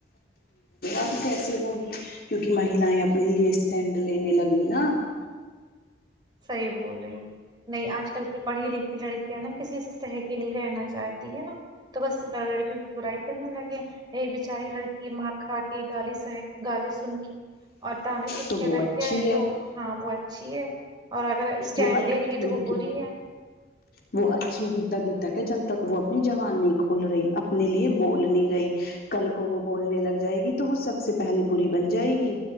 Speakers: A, on the left; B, on the right.
A: اب کیسے ہوگی کیونکہ مہیلایں اپنی ایسٹینڈ لینے لگی نا
B: صحیح بول رہی نہیں آج کل کی پڑھی لکھی لڑکی یہ نا کسی سسستح کہ نہیں رہنا چاہتی ہے نا تو بس لڑکیوں کی برائی کرنے لگے ایک بچاری لڑکی مار کھا کے گالی س گالی سن کے اور طعنےسنتی
A: تو وہ
B: رہی
A: اچھی
B: ہے تو ہاں وہ اچھی ہے اور اگر اسٹینڈ
A: وہ اچھی
B: لے رہی ہے تو وہ
A: بھی
B: بری ہے
A: وہ اچھی بھی تب ہی تک ہے جب تک وہ اپنی زبان نہیں کھول رہی اپنے لیے بول نہیں رہی کل کو وہ بولنے لگ جائے گی تو وہ سب سے پہلے بری بن جائے گی